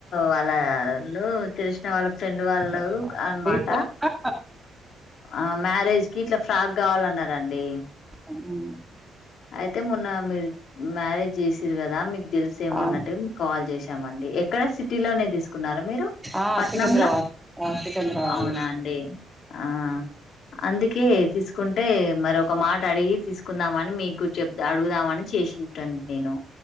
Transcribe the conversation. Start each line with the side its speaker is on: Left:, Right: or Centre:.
Left: వాళ్ళళ్ళు తెలుసు ళ్ళ ఫ్రెండ్ వాళ్ళు
Centre: అదే
Left: అనమాట
Centre: రీసెంట్ గా
Left: ఆ మ్యారేజ్ కి ఇట్లా ఫ్రాక్ కావాలన్నారండి
Centre: అవు
Left: అయితే మొన్న మీది మ్యారేజ్ చేసిర్రు కదా మీకు తెలుసేమో
Centre: అవును
Left: అన్నట్టుగా మీకు కాల్ చేసి ఏమండీ ఏ క్కడ సిటీలోనే తీసుకున్నారా మీరు
Centre: ఆ
Left: పట్నంలా
Centre: సికింద్రాబాద్ ఆ సికింద్రాబాద్
Left: అవునా అండి ఆ అందుకే, తీసుకుంటే మరి ఒక మాట అడిగి తీసుకుందామని మీ కూచెబ్దా అడుగుదామని చేసింటండి నేను